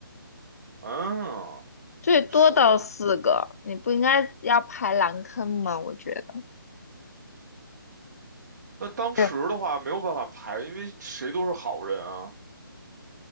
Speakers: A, on the right; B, on the left.
A: 嗯，
B: 最多到四个，
A: 说的。
B: 你不应该要排狼坑吗？我觉得，
A: 那当时的话没有办法排，
B: 对
A: 因为谁都是好人啊，